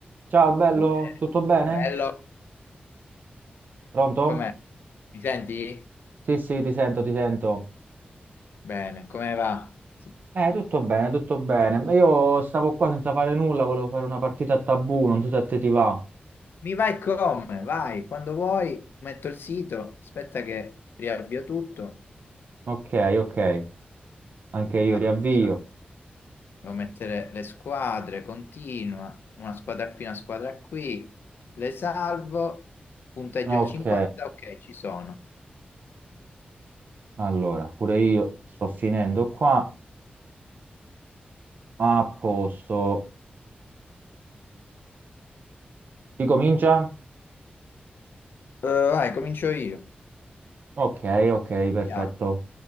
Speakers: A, on the right (about 60°); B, on the left (about 85°).
A: Ciao bello,
B: Uè,
A: tutto bene?
B: Bello,
A: Pronto?
B: com'è? Mi senti?
A: Sì, sì, ti sento, ti sento.
B: Bene, come va? Sì.
A: Eh, tutto bene, tutto bene. Ma Io stavo qua senza fare nulla, volevo fare una partita a tabù, non so se a te ti va.
B: Mi vai come? Vai, quando vuoi, metto il sito, aspetta che riavvio tutto.
A: Ok, ok, anche io
B: Ah,
A: riavvio.
B: ciao. devo mettere le squadre, continua, una squadra qui, una squadra qui, le salvo, punteggio
A: Ok,
B: 50, ok, ci sono.
A: allora, pure io sto finendo qua. A posto. Chi comincia?
B: Eh, vai, comincio io.
A: Ok, ok, perfetto.
B: Vediamo.